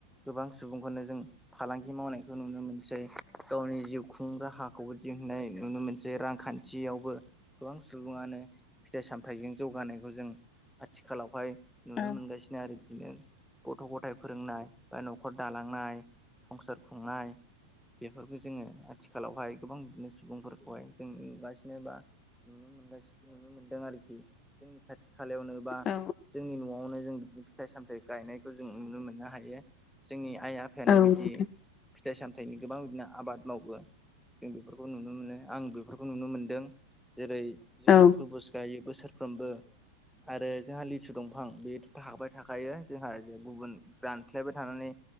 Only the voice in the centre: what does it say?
गोबां सुबुंखौनो जों फालांगि मावनायखौ नुनो मोनसै गावनि जिउ खुं राहाखौबो दिहुननाय नुनो मोनसै रांखान्थि खा थवबो गोबां सुबुङानो फिथाइ सामथायाइजों जौगानायखौ जों आथिखालावहाय नुनो
मोनगासिनो आरो बिदिनो गथ' गथायाइ फोरोंनाय बा न'खर दालांनाय संसार खुंनाय बेफोरखौ जोङो आथिखालावहाय गोबां बिदिनो सुबुंफोरखौहाय जों नुगासिनो बा नुनो मोनगासि नुनो मोनदों आरोखि जोंनि खाथि खालायावनो बा
जोंनि न'आवनो जों बिदिनो फिथाइ सामथ गायनायखौ जों नुनो मोननो हायो जोंनि आइ आफायानो
बिदि
फिथाइ सामथायाइनि गोबां बिदिनो आबाद मावो जों बेफोरखौ नुनो मोनो आं बेफोरखौ नुनो मोनदों जेरै जोंहा
थुरबुज गायो बोसोरफ्रोमबो आरो जोंहा लिसु दंफां बे' थाबाय थाखायो जोंहा गुबुन बानस्लायबाय थानानै